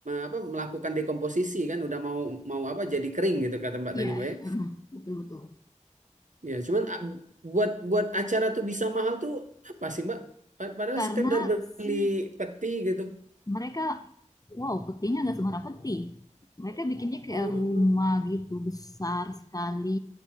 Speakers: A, on the right; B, on the left.
A: apa melakukan dekomposisi kan udah mau mau apa jadi kering gitu kata Mbak
B: iya
A: tadi Mbak ya.
B: mm, betul betul
A: Ya, cuman a- buat buat acara tuh bisa mahal tuh apa sih, Mbak? Pa- Padahal
B: karena
A: sekedar beli
B: si
A: peti gitu.
B: mereka wow petinya nggak sembarang peti mereka bikinnya kayak
A: Hmm.
B: rumah gitu besar sekali